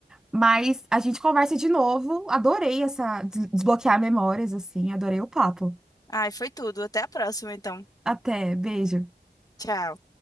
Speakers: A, in the centre; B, on the left (about 20°).
A: Mas a gente conversa de novo. Adorei essa des- desbloquear memórias, assim. Adorei o papo.
B: Ai, foi tudo. Até a próxima, então.
A: Até, beijo.
B: Tchau.